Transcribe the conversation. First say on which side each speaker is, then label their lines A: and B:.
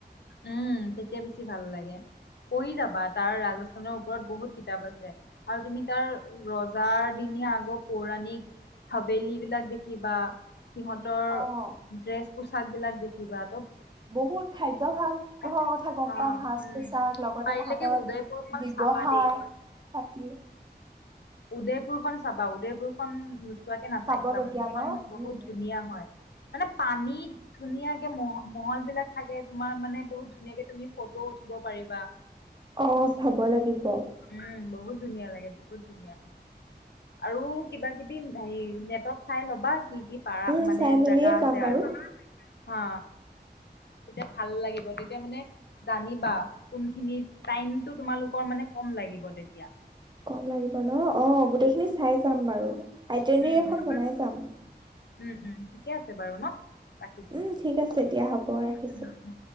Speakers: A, on the left (about 75°); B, on the right (about 25°).
A: উম তেতিয়া বেছি ভাল লাগে, পঢ়ি যাবা তাৰ ৰাজস্থানৰ ওপৰত বহুত কিতাপ আছে। আৰু তুমি তাৰ ৰজাৰ দিনীয়া আগৰ পৌৰাণিক হাবেলী বিলাক দেখিবা সিহঁতৰ
B: অ
A: ড্ৰেছ পোছাক বিলাক দেখি কিবা
B: বহুত খাদ্যাভাস
A: অ'।
B: ঘৰৰ কথা গম পাম, সাজ
A: উম,
B: পোছাক, লগতে
A: পাৰিলেকে
B: তাহাঁতৰ
A: উদয়পুৰখন
B: ব্যৱহাৰ,
A: চাবা দেই
B: পাতি
A: উদেয়পুৰখন চাবা, উদেয়পুৰ <unintelligible> চোৱাকে নাথাকিবা
B: চাবলগীয়া
A: মানে, সেইখন
B: ন
A: বহুত
B: উম।
A: ধুনীয়া হয়। মানে পানীত ধুনীয়াকে মহ, মহল বিলাক থাকে তোমাৰ মানে বহুত ধুনীয়াকে তুমি ফটো উঠিব পাৰিবা।
B: অ', চাব লাগিব।
A: উম বহুত ধুনীয়া লাগে, বহুত ধুনীয়া আৰু কিবা কিবি হেৰি নেটত চাই ল'বা। কি, কি পাৰা
B: উম
A: মানে,
B: চাই মেলিয়ে
A: জেগা
B: যাম
A: আছে
B: বাৰু
A: আৰু হা, তেতিয়া ভাল লাগিব তেত তেতিয়া মানে জানিবা, কোনখিনি টাইমটো তোমালোকৰ মানে কম লাগিব তেতিয়া।
B: কম লাগি ব, ন' অ', গোটেই খিনি চাই যাম বাৰু, আইটিনিএয়েৰ
A: উম উম
B: এখন বনাই যাম।
A: উম, উম ঠিকে আছে বাৰু ন? ৰাখিছো
B: উম, ঠিক আছে দিয়া হ'ব ৰাখিছোঁ।
A: উম উম